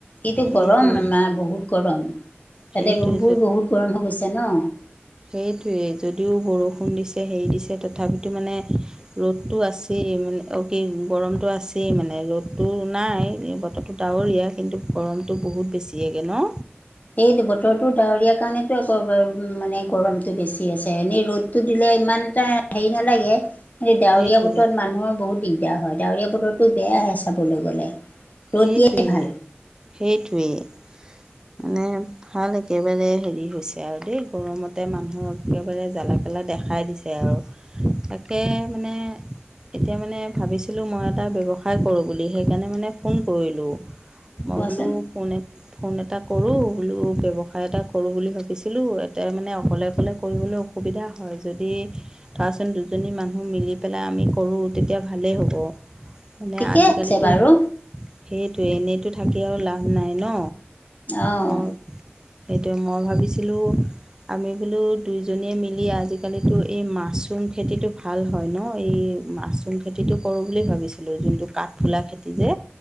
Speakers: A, on the left; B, on the right.
A: কিটো
B: সেইটোৱেই
A: গৰম আমাৰ বহুত গৰম। তাতে
B: সেইটোৱেই
A: ৰুমবোৰ বহুত গৰম হৈ গৈছে ন?
B: সেইটোৱেই যদিও বৰষুণ দিছে হেৰি দিছে তথাপিতো মানে ৰ'দটো আছেই মানে অ, কি গৰমটো আছেই মানে ৰ'দটো নাই, বত ডাৱৰীয়া কিন্তু গৰমটো বহুত বেছিয়েগে ন?
A: সেইটো বতৰটো ডাৱৰীয়া কাৰণেতো আকৌ ৱ-ৱ মানে গৰমতটো বেছি আছে, এনেই ৰ'দ টো দিলে ইমান এটা হাৰি নালাগে। সেইটো ডাৱৰীয়া
B: সেইটোৱেই
A: বতৰত মানুহৰ বহুত দিগদাৰ হয়, ডাৱৰীয়া বতৰটো বেয়াহে চাবলৈ গ'লে। ৰ'দ
B: সেইটোৱেই-সেইটোৱেই
A: দিয়াই ভাল
B: মানে ভাল একেবাৰে হেৰি হৈছে আৰু দেই গৰমতে মানুহক একেবাৰে জ্বালাকেলা দেখাই দিছে আৰু। তাকে মানে এতিয়া মানে ভাবিছিলোঁ মই এটা ব্যৱসায় কৰোঁ বুলি সেইকাৰণে মানে ফোন কৰিলোঁ। মই
A: কোৱাচোন
B: বোলোঁ কোনে ফোন এটা কৰোঁ, বোলোঁ ব্যৱসায় এটা কৰোঁ বুলি ভাবিছিলোঁ, এটাই মানে অকলে-অকলে কৰিবলৈ সুবিধা হয় যদি তাৰ চোন দুজনী মানুহ মিলি পেলাই আমি কৰোঁ তেতিয়া ভালেই হ'ব। মানে
A: ঠিকে
B: আজিকালিতো
A: আছে বাৰু
B: সেইটোৱে, এনেইতো থাকি আৰু লাভ নাই ন?
A: অঁ
B: মই সেইটোৱে মই ভাবিছিলোঁ আমি বোলোঁ দুইজনীয়ে মিলি আজিকালিটো এই মাছৰুম খেতিটো ভাল হয় ন এই মাচৰুম খেতিটো কৰোঁ বুলি ভাবিছিলোঁ যোনটো কাঠফুলা খেতি যে।